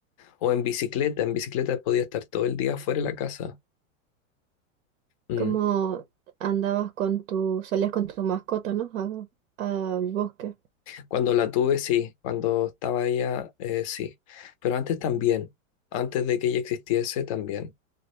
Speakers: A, on the left; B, on the right.
A: O en bicicleta, en bicicleta podía estar todo el día fuera de la casa. Mm.
B: como andabas con tu, salías con tu mascota, ¿no? A- al bosque.
A: Cuando la tuve, sí, cuando estaba ella, eh, sí. Pero antes también, antes de que ella existiese, también.